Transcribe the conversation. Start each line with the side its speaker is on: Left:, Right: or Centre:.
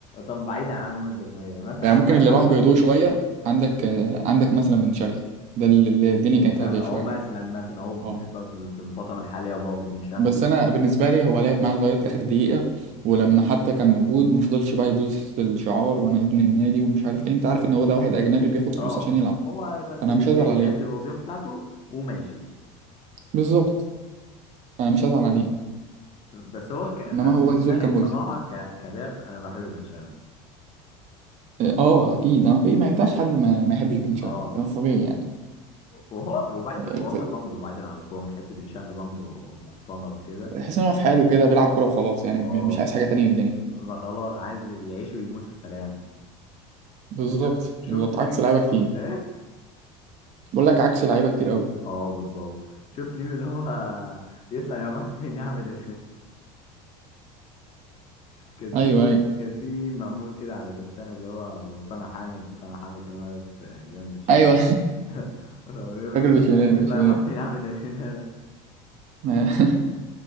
Left: طب بعيدا عن مؤمن زكريا مثلا
Right: يعني ممكن
Left: احمد
Right: اللي
Left: حسن
Right: راح بهدوء شوية عندك عندك مثلا بن شرقي ده اللي الدنيا
Left: بن
Right: كانت
Left: شرقي
Right: هادية شوية
Left: هو مثلا مثلا هو بالنسبه
Right: اه
Left: في ال- في الفتره الحاليه برضه بن شرقي
Right: بس انا بالنسبة لي هو لعب معاه لغاية آخر دقيقة ولما حتى كان موجود ما فضلش بقى يبوظ في الشعار وانا ابن النادي ومش عارف ايه انت عارف ان هو ده واحد اجنبي بياخد فلوس
Left: اه
Right: عشان يلعب
Left: هو بس
Right: فانا
Left: جاي
Right: مش هزعل عليه
Left: يأدي الوظيفة بتاعته وماشي
Right: بالظبط انا مش هزعل عليه
Left: بس هو ك... بس
Right: انما هو
Left: بن
Right: زيزو
Left: شرقي
Right: اللي كان
Left: بصراحة
Right: مؤذي
Left: ك... كلاعب أنا بحب بن شرقي
Right: اه آه، اكيد انا في ما ينفعش حد ما, ما يحبش بن شرقي
Left: اه
Right: ده طبيعي يعني
Left: وهو وبعد
Right: آه،
Left: والله برضه بعيدا عن الكورة تحس بن شرقي برضه محترم كده
Right: تحس ان هو في حاله كده بيلعب كوره وخلاص يعني
Left: اه
Right: م- مش عايز حاجه تانية من الدنيا
Left: ما خلاص عايز يعيش ويموت في سلام
Right: بالظبط
Left: شو... شفت
Right: بالظبط
Left: الميم
Right: عكس لعيبه
Left: اللي
Right: كتير
Left: هو ايه؟
Right: بقول لك عكس لعيبه كتير قوي
Left: اه بالظبط شفت الميم اللي هو يطلع يا عم نعمل ده كان في
Right: ايوه ايوه
Left: كان في ميم معمول كده على بير شان اللي هو وطنع حامد طنع حامد كان واقف جنب بير شان
Right: ايوه
Left: <laughs> فبيقول
Right: <laughs> راجل
Left: له
Right: مش مننا
Left: يا عيني الله
Right: مش مننا
Left: يروح فين يا عم ده مش من هنا
Right: <laughs>